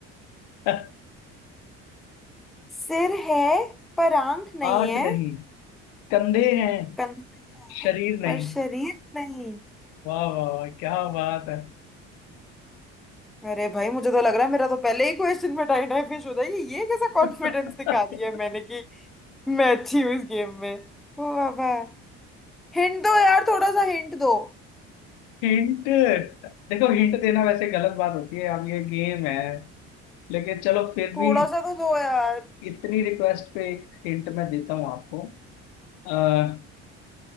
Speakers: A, on the left; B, in the centre.
A: <laughs>
B: सिर है पर आंख नहीं
A: आंख
B: है
A: नहीं कंधे हैं
B: कंधे
A: शरीर नहीं
B: पर शरीर नहीं
A: वाह वाह वाह क्या बात है
B: अरे भाई मुझे तो लग रहा है मेरा तो पहले ही क्वेश्चन में टाई टाई फिश हो जाएगी ये कैसा कॉन्फिडेंस
A: <laughs>
B: दिखा दिया मैंने कि मैं अच्छी हूँ इस गेम में ओ बाबा हिंट दो यार थोड़ा सा हिंट दो
A: हिंट देखो हिंट देना वैसे गलत बात होती है अब ये गेम है लेकिन चलो फिर
B: थोड़ा
A: भी
B: सा तो दो यार
A: इतनी रिक्वेस्ट पे एक हिंट मैं देता हूँ आपको अह,